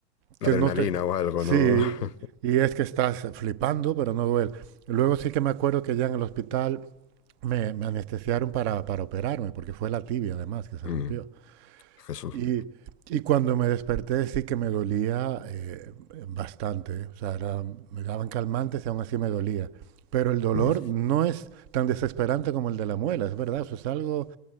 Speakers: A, on the left; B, on the right.
A: la
B: que
A: adrenalina
B: no te...
A: o algo,
B: Sí,
A: ¿no? <laughs>
B: y es que estás flipando, pero no duele. Luego sí que me acuerdo que ya en el hospital me, me anestesiaron para, para operarme, porque fue la tibia además que se
A: Mm,
B: rompió.
A: Jesús.
B: Y, y cuando me desperté sí que me dolía eh, bastante. ¿eh? O sea, era- me daban calmantes y aún así me dolía. Pero el dolor
A: Mm,
B: no es tan desesperante como el de la muela, es verdad. Eso es algo